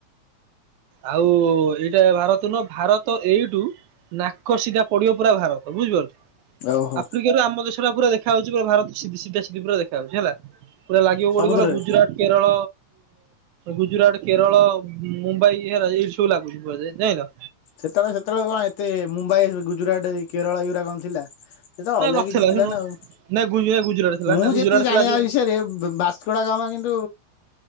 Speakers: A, on the right (about 80°); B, on the left (about 75°).
A: ଆଉ ଏଇଟା ଭାରତ ନୁହ ଭାରତ ଏଇଠୁ, ନାକ ସିଧା ପଡ଼ିବ ପୁରା ଭାରତ ବୁଝିପାରୁଛ,
B: ଓହୋ
A: ଆଫ୍ରିକା ରୁ ଆମ ଦେଶଟା ପୁରା ଦେଖାହାଉଛି ପୁରା ଭାରତ ସିି ସିଧା ସିଧି ପୁରା ଦେଖାଯାଉଛି ହେଲା। ପୁରା ଲାଗିବ କୋଉଠି
B: ସମୁଦ୍ରରେ
A: କହିଲ ଗୁଜୁରଟ କେରଳ ଗୁଜୁରାଟ କେରଳ ମୁମ୍ବାଇ। ଇ ସବୁ ଲାଗୁଛି କୁହାଯାଏ ଯାଇଲ।
B: ସେତେବେଳେ ସେତେବେଳେ କଣ ଏତେ ମୁମ୍ବାଇ ଗୁଜୁରାଟ କେରଳ ଏଗୁଡା କଣ ଥିଲା। ସେ ତ
A: ନାଇଁ
B: ଅଲଗା
A: ନଥିଲା
B: କିଛି ଥିଲା
A: ଶୁଣୁ
B: ନା ଆଉ
A: ନାଇଁ ଗୁ ଗୁଜୁରାଟ ଥିଲା
B: ମୁଁ
A: ନା ଗୁଜୁରାଟ
B: ଯେତିକି ଜାଣିବା
A: ଥିଲା ସେ
B: ବିଷୟରେ ଭସ୍କୋଡାଗମା କିନ୍ତୁ